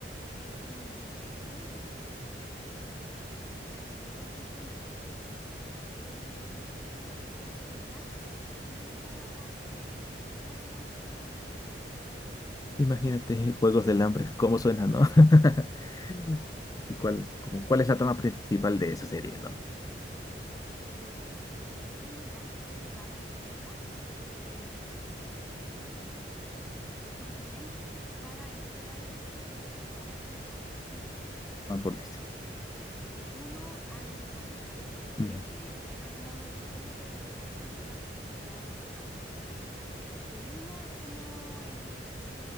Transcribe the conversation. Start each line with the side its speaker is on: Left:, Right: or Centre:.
Centre: es un, es muy distópico. Y como que llega un punto en que es el tipo de distopia que te hace pensar que podría llegar a, pa- lle- podría llegar a ocurrir en algún momento.
Left: Imagínate, Juegos del Hambre, <laughs> cómo suena,
Centre: Claro,
Left: ¿no? <laughs>
Centre: claro.
Left: ¿Y ¿Cuál, como, cuál es la trama principal de esa serie, ¿no?
Centre: Em, es donde ya después de varias guerras, em, el continente se separa, en vez de países, se, pe- se separa como por distritos,
Left: Van por distrito.
Centre: del uno al doce El trece
Left: Ujú,
Centre: en algún momento estuvo, pero desapareció por la pobreza, ya no fue nada. Del uno es como el,